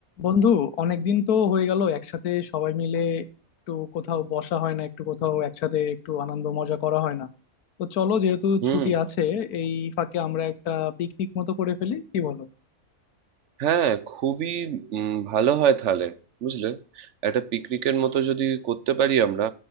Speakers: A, on the left; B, on the right.
A: বন্ধু অনেকদিন তো হয়ে গেল একসাথে সবাই মিলে একটু কোথাও বসা হয় না একটু কোথাও একসাথে একটু আনন্দ মজা করা হয় না তো চলো যেহেতু
B: হুম
A: ছুটি আছে এই ফাঁকে আমরা একটা পিকনিক মতো করে ফেলি কি বলো
B: হ্যাঁ খুবই উম, ভালো হয় তাহলে বুঝলে একটা পিকনিকের মতো যদি করতে পারি আমরা